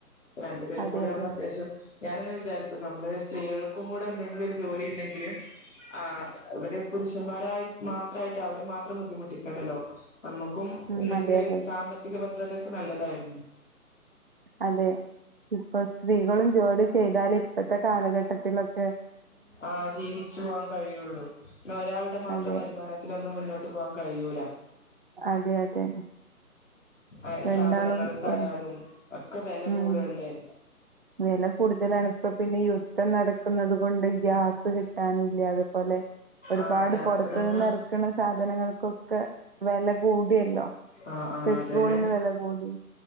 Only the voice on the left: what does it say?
രണ്ടു പേർക്കൂടി
ആവുമ്പോ
അത്യാവശ്യം ഞാന്ങ്ങനെ വിചാരിക്കും നമ്മള് സ്ത്രീകൾക്കും കൂടെ എന്തെങ്കിലു ഒരു ജോലിണ്ടെങ്കില് ആഹ് ഇവിടെ പുരുഷന്മാരായി മാത്രായിട്ട് അവരെ മാത്രം ബുദ്ധിമുട്ടിക്കണ്ടല്ലോ നമ്മുക്കും
ണ്ടെങ്കില്
സാമ്പത്തിക ഭദ്രതക്ക് നല്ലതായിരിക്കും
ആഹ് ജീവിച്ചു പോവാൻ കഴിയുള്ളൂ പിന്നെ ഒരാൾടെ മാത്രം
വരുമാനത്തിലൊന്നും മുന്നോട്ട് പോവാൻ കഴിയൂല
അഹ്
സാധനങ്ങൾക്കായാലും
ഒക്കെ വെല കൂടല്ലേ
ആഹ് ഗ്യാസിനൊക്കെ
ആഹ് ആഹ്
അതന്നെ